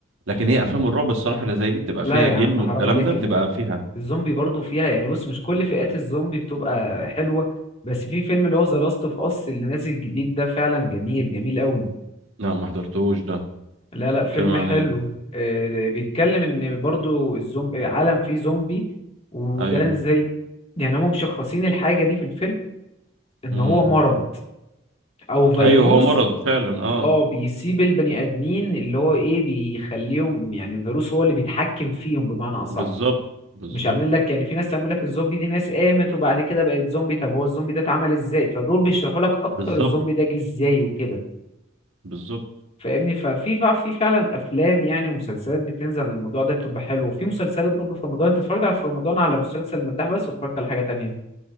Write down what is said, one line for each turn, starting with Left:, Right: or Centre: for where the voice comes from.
Right: لكن هي افلام الرعب الصراحه اللي زي دي بتبقى
Left: لا
Right: فيها
Left: يا
Right: جن
Left: عم حرام
Right: والكلام
Left: عليك
Right: ده بتبقى فيها
Left: الزومبي برضو فيها يعني بص مش كل فئات الزومبي بتبقى حلوة بس في فيلم اللي هو ذا لاست اوف اس اللي نازل جديد ده فعلا جميل جميل قوي
Right: لا ما حضرتهوش ده
Left: لا لا
Right: بتتكلم
Left: فيلم
Right: عن
Left: حلو
Right: ايه
Left: آه، بيتكلم ان برضو الزوم... آه، عالم فيه زومبي وده
Right: ايوه
Left: زي يعني هم مشخصين الحاجة دي في الفيلم ان
Right: امم
Left: هو مرض او فيروس
Right: ايوه هو مرض فعلا اه
Left: اه بيسيب البني ادمين اللي هو ايه بيخليهم يعني الفيروس هو اللي بيتحكم فيهم بمعنى اصح
Right: بالظبط بالظبط
Left: مش عاملين لك يعني في ناس تعمل لك الزومبي دي ناس قامت وبعد كده بقت زومبي طب هو الزومبي ده اتعمل ازاي فدول بيشرحوا لك اكتر
Right: بالظبط
Left: الزومبي ده جه ازاي وكده
Right: بالظبط
Left: فاهمني ففي فع- في فعلا افلام يعني ومسلسلات بتنزل عن الموضوع ده بتبقى حلوه وفي مسلسلات برضه في رمضان انت اتفرجت على في رمضان على مسلسل المداح بس واتفرجت على حاجه تانية